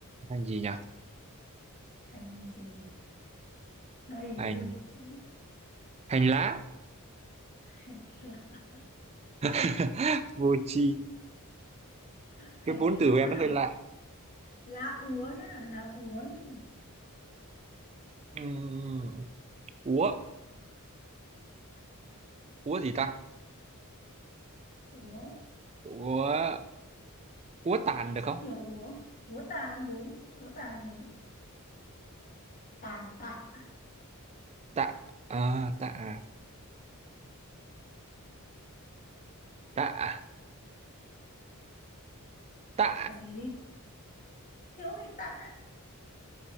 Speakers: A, on the right; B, on the left.
A: hành gì nhỉ
B: hành gì đầy
A: hành
B: luôn đấy chứ
A: hành lá
B: hành lá,
A: <laughs> vô tri
B: hành
A: cái vốn
B: lá
A: từ của em nó
B: à?
A: hơi lạ
B: lá úa nhá lá úa nhá.
A: Ừm, úa úa gì ta
B: úa
A: úa úa tàn được không
B: rất nhiều úa úa tàn đúng úa tàn đúng tàn tạ
A: tạ à, tạ tạ tạ
B: tạ gì thiếu gì tạ